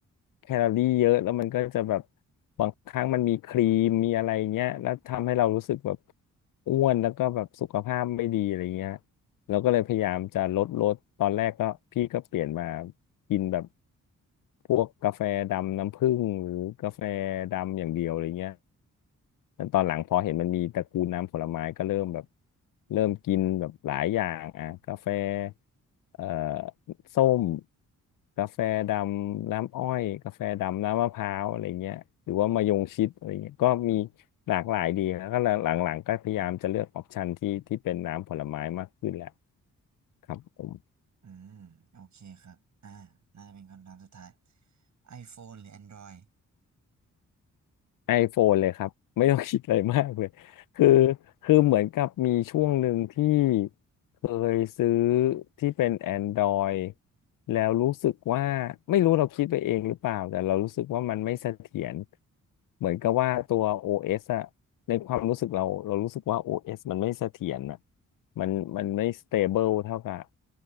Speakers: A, on the left (about 90°); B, on the right (about 65°).
A: แคลอรี่เยอะแล้วมันก็จะแบบบางครั้งมันมีครีมมีอะไรเงี้ยแล้วทำให้เรารู้สึกแบบอ้วนแล้วก็แบบสุขภาพไม่ดีอะไรเงี้ยเราก็เลยพยายามจะลดลดตอนแรกก็พี่ก็เปลี่ยนมากินแบบพวกกาแฟดำน้ำผึ้งหรือกาแฟดำอย่างเดียวอะไรเงี้ย แล้วตอนหลังพอเห็นมันมีตระกูลน้ำผลไม้ก็เริ่มแบบเริ่มกินแบบหลายอย่างอ่ะกาแฟเอ่อส้มกาแฟดำน้ำอ้อยกาแฟดำน้ำมะพร้าวอะไรเงี้ยหรือว่ามะยงชิดอะไรเงี้ยก็มีหลากหลายดีแล้วก็หลังๆก็พยายามจะเลือกออปชันที่ที่เป็นน้ำผลไม้มากขึ้นแหละครับผม
B: <laughs> อืมโอเคครับอ่าน่าจะเป็นคำถามสุดท้าย iPhone หรือ Android
A: iPhone เลยครับ <laughs> ไม่ต้องคิดอะไรมากเลยคือคือเหมือนกับมีช่วงหนึ่งที่เคยซื้อที่เป็น Android แล้วรู้สึกว่าไม่รู้เราคิดไปเองหรือเปล่าแต่เรารู้สึกว่ามันไม่เสถียรเหมือนกับว่าตัว OS อเอสอะในความรู้สึกเราเรารู้สึกว่า OS มันไม่เสถียรอะมันมันไม่ stable เท่ากับ